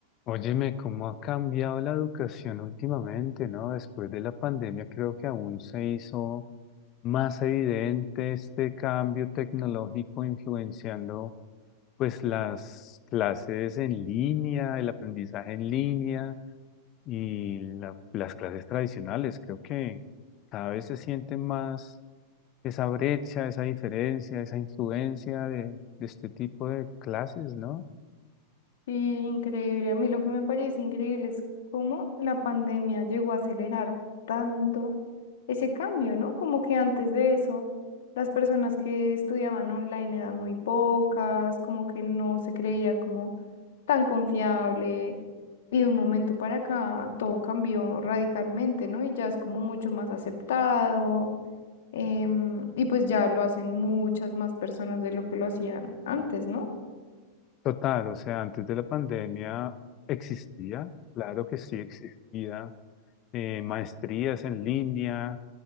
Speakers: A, on the left; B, on the left.
A: Óyeme, cómo ha cambiado la educación últimamente, ¿no? Después de la pandemia creo que aún se hizo más evidente este cambio tecnológico influenciando pues las clases en línea, el aprendizaje en línea y la- las clases tradicionales. Creo que cada vez se siente más esa brecha, esa diferencia, esa influencia de, de este tipo de clases, ¿no?
B: Sí, increíble. A mí lo que me parece increíble es cómo la pandemia llegó a acelerar tanto ese cambio, ¿no? Como que antes de eso, las personas que estudiaban online eran muy pocas, como que no se creía como tan confiable. Y de un momento para acá todo cambió radicalmente, ¿no? Y ya es como mucho más aceptado. em, y pues ya lo hacen muchas más personas de lo que lo hacían antes, ¿no?
A: Total, o sea, antes de la pandemia existía, claro que sí existía, eh, maestrías en línea,